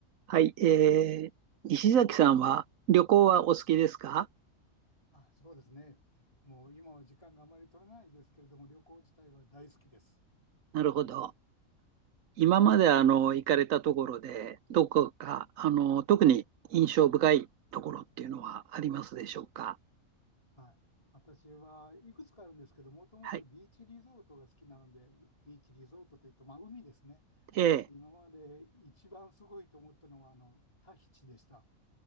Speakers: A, on the right; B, on the left.
A: はい、えー、西崎さんは旅行はお好きですか
B: あ、そうですね。もう今は時間があまり取れないですけれども、旅行自体は大好きです。
A: なるほど。今まであの行かれたところで、どこかあの特に印象深いところっていうのはありますでしょうか
B: はい。私はいくつかあるんですけど、もともとビーチリゾートが好きなので、
A: はい。
B: ビーチリゾートというと、まあ海ですね。
A: ええ
B: 今まで一番すごいと思ったのは、あの、タヒチでした。